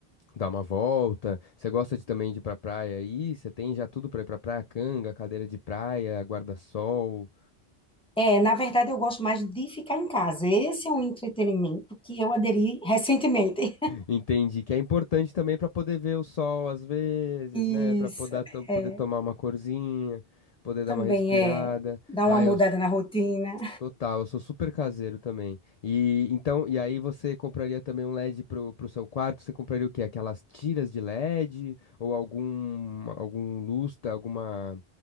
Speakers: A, on the left (about 50°); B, in the centre.
A: dar uma volta? Você gosta de também de ir pra praia aí? Você tem já tudo pra ir pra praia? Canga, cadeira de praia, guarda-sol.
B: É, na verdade eu gosto mais de ficar em casa, esse é um entretenimento que eu aderi recentemente.
A: Entendi, que é importante também pra poder ver o sol às vezes,
B: <laughs> Isso,
A: né? Pra poder,
B: é,
A: poder tomar uma corzinha, poder
B: também
A: dar uma respirada.
B: é dar
A: Ah,
B: uma mudada
A: eu,
B: na rotina,
A: Total, eu sou super caseiro também. E então, e aí você compraria também um LED pro, pro seu quarto? Você compraria o quê? Aquelas tiras de LED ou algum algum lustre, alguma